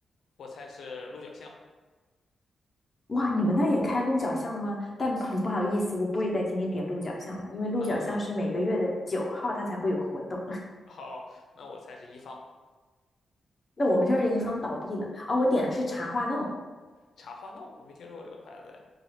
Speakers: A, on the left; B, on the left.
A: 我猜是鹿角巷。
B: 哇，你们那儿也开鹿角巷了吗？但很不好意思，
A: 对，
B: 我不会在今天点鹿角巷了，因为鹿角巷是每个月的九号它才会有活动。
A: 那我好，那我猜是一方
B: <laughs> 那我们这儿的一方倒闭了啊，我点的是茶话弄。
A: 茶花弄，我没听说过这个牌子哎。